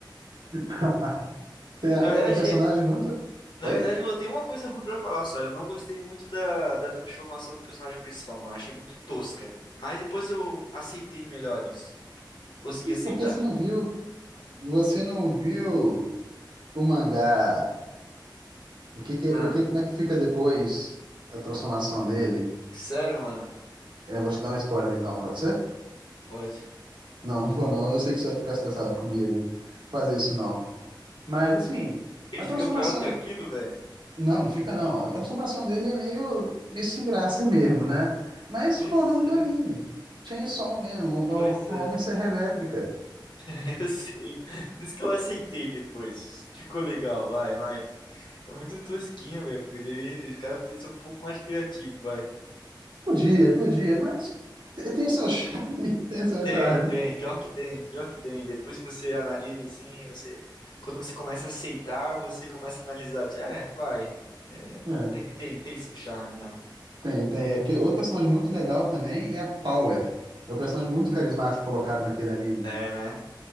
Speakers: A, on the right; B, on the left.
A: <laughs> Tem a-
B: Na
A: o,
B: verdade,
A: o personagem
B: É, é-
A: muito.
B: na
A: Oi?
B: verdade, eu tenho uma coisa ruim pra falar só. Eu não gostei muito da, da transformação do personagem principal, mano. Achei muito tosca. Mas depois eu aceitei melhor isso. Consegui
A: Mas
B: aceitar.
A: por que você não viu? Você não viu o mangá? O que que,
B: Ah,
A: o que, como é que fica depois a transformação dele?
B: sério, mano?
A: É, Eu vou te dar um spoiler então, pode ser?
B: Pode.
A: Não, não vou não. Eu sei que você vai ficar estressado comigo fazer isso não. Mas assim,
B: Ele
A: a transformação
B: fica pior do que aquilo, velho?
A: Não, não fica não. A transformação dele é meio, meio sem graça mesmo, né? Mas,
B: Pois
A: tipo, é o nome
B: é,
A: do anime. Chainsaw mesmo, o,
B: pois
A: o
B: é.
A: o Homem Serra Elétrica.
B: <laughs> Eu sei. Por isso que eu aceitei depois. Ficou legal, vai, mas é muito tosquinho, velho. Poderia, os caras poderiam ser um pouco mais criativos, vai.
A: Podia, podia, mas te- tem seu charme, <laughs> tem seu
B: Tem,
A: charme.
B: tem, pior que tem, pior que tem. Depois que você analisa assim, você quando você começa a aceitar, você começa a analisar, tipo, é, vai. É,
A: É,
B: até que tem, tem seu charme mesmo.
A: tem, tem. Aqui, outro personagem muito legal também é a Power. É um personagem muito carismático que colocaram naquele anime.
B: É, né?